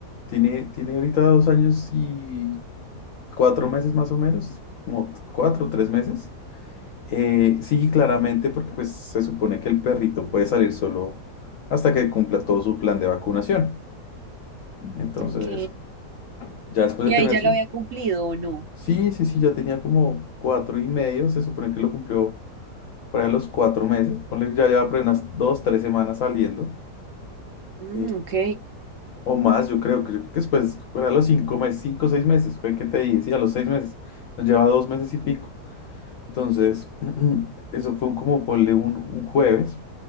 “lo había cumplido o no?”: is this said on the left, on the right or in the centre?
Right